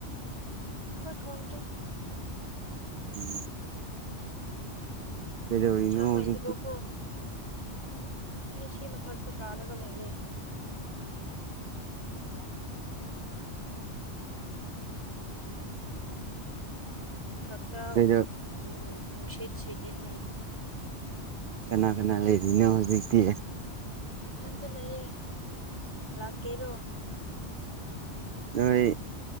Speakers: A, on the right; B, on the right.
A: ꯑꯩꯣꯏ ꯊꯣꯡꯗ꯭ꯔꯤ
B: ꯎꯝ ꯀꯗꯣ
A: ꯏꯟꯁꯥꯡ
B: ꯏꯅ ꯍꯧꯖꯤ
A: ꯂꯩꯇꯕꯀꯣ ꯑꯩ ꯁꯤ ꯃꯊꯛꯇ ꯀꯥꯔꯒ ꯂꯩꯌꯦ ꯊꯛꯇ
B: ꯀꯩꯗ
A: ꯎ ꯅꯨꯡꯁꯤꯠ ꯁꯤꯠꯂꯤꯅꯦ
B: ꯀꯅꯥ ꯀꯅꯥ ꯂꯩꯔꯤꯅꯣ ꯍꯧꯖꯤꯛꯇꯤ
A: ꯏꯊꯟꯇ ꯂꯩꯌꯦꯦ ꯂꯥꯛꯀꯦꯔꯣ
B: ꯅꯣꯏ